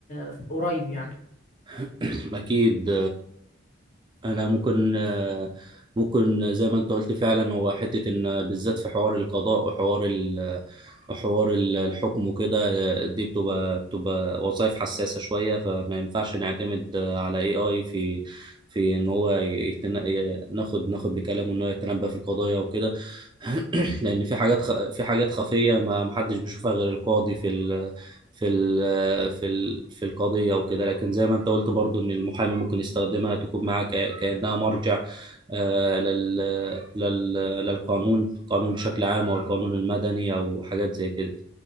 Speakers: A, on the left; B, on the right.
A: في قريب يعني
B: <clears throat> اكيد انا ممكن آه، ممكن زي ما انت قلت فعلا هو حته ان بالذات في حوار القضاء وحوار ال حوار ال- الحكم وكده آه، دي بتبقى بتبقى وظائف حساسه شويه فما ينفعش نعتمد آه، على اي اي في في ان هو يتن... ي- ناخد ناخد بكلامه ان هو يتنبأ في القضايا وكده <clears throat> لان في حاجات خ... في حاجات خفيه ما ما حدش بيشوفها غير القاضي في ال... في ال... في ال... في القضيه وكده لكن زي ما انت قلت برضو ان المحامي ممكن يستخدمها تكون معاه ك... كانها مرجع آه لل... لل... للقانون قانون بشكل عام او القانون المدني او حاجات زي كده